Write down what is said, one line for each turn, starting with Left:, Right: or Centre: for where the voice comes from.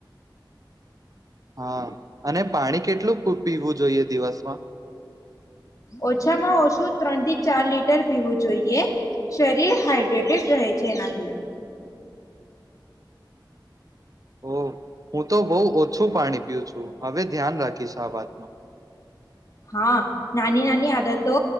Right: હા અને પાણી કેટલું પીવું જોઈએ દિવસમાં?
Left: ઓછામાં ઓછું ત્રણ થી ચાર લીટર પીવું જોઈએ શરીર હાઈડ્રેટેડ રહે છે એનાથી.
Right: ઓ હું તો બહુ ઓછું પાણી પીું છું હવે ધ્યાન રાખીશ આ વાતનું.
Left: હા નાની નાની આદતો